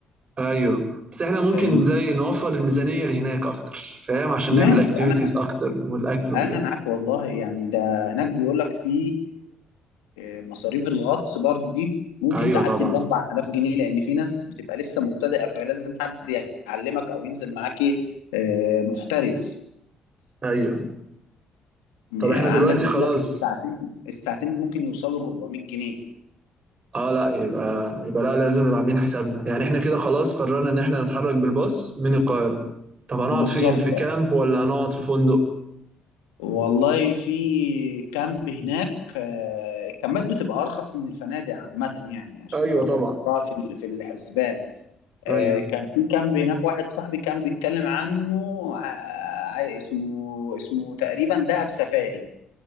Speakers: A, on the right; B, on the left.
A: ايوه بس احنا ممكن
B: فاهم
A: زي نوفر الميزانية لهناك اكتر فاهم عشان
B: ماشي
A: نعمل اكتيفيتيز
B: انا
A: اكتر والاكل وكده
B: انا معاك والله يعني ده هناك بيقول لك في آه، مصاريف الغطس برضو دي ممكن
A: ايوه
B: تعدي
A: طبعا
B: ال 4000 جنيه لان في ناس بتبقى لسه مبتدئه فلازم حد يعلمك او ينزل معاك إيه، آه، محترف
A: ايوه
B: آه،
A: طب احنا
B: عندك
A: دلوقتي
B: بيقول
A: خلاص
B: لك الساعتين الساعتين ممكن يوصلوا ل 400 جنيه
A: اه لا يبقى يبقى لا لازم نبقى عاملين حسابنا يعني احنا كده خلاص قررنا ان احنا نتحرك بالباص من القاهرة طب هنقعد
B: بالظبط
A: فين في كامب ولا هنقعد في فندق
B: والله في كامب هناك آه، الكامبات بتبقى ارخص من الفنادق عامه يعني عشان
A: ايوه
B: برضه
A: طبعا
B: نحطها في ال- في الحسبان
A: ايوه
B: آه، كان في كامب هناك واحد صاحبي كان بيتكلم عنه آه، آه، اسمه اسمه تقريبا دهب سفاري